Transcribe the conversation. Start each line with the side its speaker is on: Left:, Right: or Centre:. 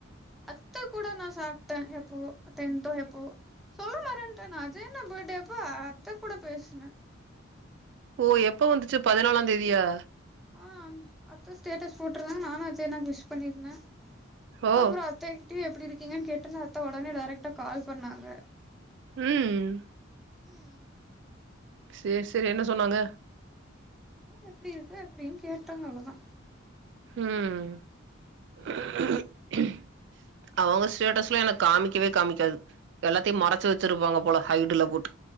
Centre: அத்த கூட நா சாப்ட்டே எப்பவோ அ டென்த்தோ எப்பவோ சொல்ல மறந் துட்டே நா அஜய் அண்ண பர்த்டே அப் ப அத்த கூட பேசுனே
Right: ஓ எப்ப வந்துச்சு பதனாலாந் தேதியா?
Centre: ஆ அத்த ஸ்டேட்டஸ் போட்டுருந்தாங்க நானு அஜய் அண்ணாக்கு விஷ் பண்ணிருந்தே
Right: ஓ!
Centre: அப்புற அத்தகிட்டயு எப்பிடி இருக் கீங்கன்னு கேட்டனா அத்த ஒடனே டைரெக்டா கால் பண்ணாங்க.
Right: ம்
Centre: ம்
Right: சேரி சேரி என்ன சொன்னாங்க
Centre: சும்மா எப்பிடி இருக்க அப்டின்னு கேட்டாங்க அவ்ளவுதா.
Right: ம் <unintelligible> அவங்க ஸ்டேட்டஸ்லா எனக்கு காமிக்கவே காமிக்காது. எல்லாத்தையு மறச்சு வச்சிருப்பாங்க போல ஹைடுல போட்டு.